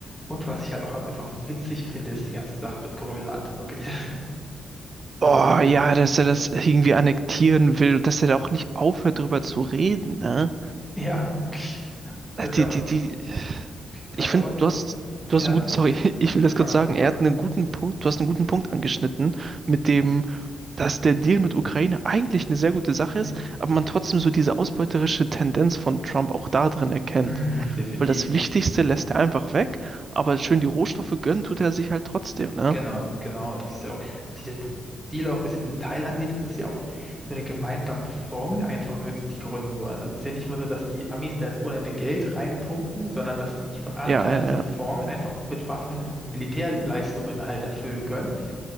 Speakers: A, in the centre; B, on the right.
A: Und was ich halt auch am- einfach witzig finde, ist die ganze Sache mit Grönland. Wirklich. <laughs> Das
B: Oh
A: ist, äh,
B: ja, dass er das irgendwie annektieren will, dass er da auch nicht aufhört, drüber zu reden, ne?
A: ja, das
B: Äh,
A: ist
B: Die,
A: ja
B: die,
A: auch,
B: die.
A: das
B: Ich
A: ist
B: finde,
A: ja, irg-
B: du hast, du
A: ja,
B: hast einen guten, sorry, <laughs> ich will das
A: fang
B: kurz
A: an,
B: sagen, er
A: fang
B: hat einen guten Punkt, du hast einen guten Punkt angeschnitten, mit dem, dass der Deal mit Ukraine eigentlich eine sehr gute Sache
A: an.
B: ist, aber man trotzdem so diese ausbeuterische Tendenz von Trump auch da drin erkennt.
A: Mhm, definitiv.
B: Weil das Wichtigste lässt er einfach weg, aber schön die Rohstoffe gönnen tut er sich halt trotzdem, ne?
A: Genau, genau. Das ist ja auch, wenn man sich den Deal auch ein bisschen im Detail ansieht, ist es ja auch so eine gemeinsame Fonds einfach nur, die die gründen wollen. Also es ist ja nicht mal so, dass die Amis da jetzt ohne Ende Geld reinpumpen, sondern dass sie ihren Anteil
B: Ja, ja,
A: in diesem
B: ja.
A: Fonds einfach auch mit Waffen oder Militärleistungen halt erfüllen können.